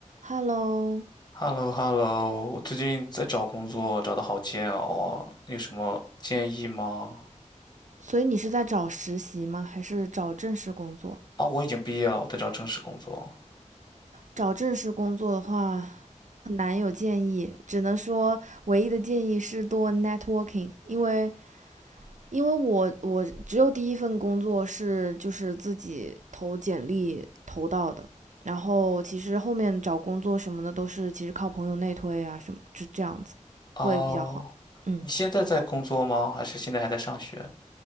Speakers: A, on the right; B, on the left.
A: Hello，
B: h e l l o h e l l o 我最近在找工作，找的好煎熬啊，有什么建议吗？
A: 所以你是在找实习吗？还是找正式工作？
B: 哦，我已经毕业了，我在找正式工作。
A: 找正式工作的话，很难有建议，只能说唯一的建议是多 networking，因为因为我我只有第一份工作是就是自己投简历投到的，然后其实后面找工作什么的都是其实靠朋友内推啊什么，这这样子会比较好。
B: 哦，
A: 嗯。
B: 你现在在工作吗？还是现在还在上学？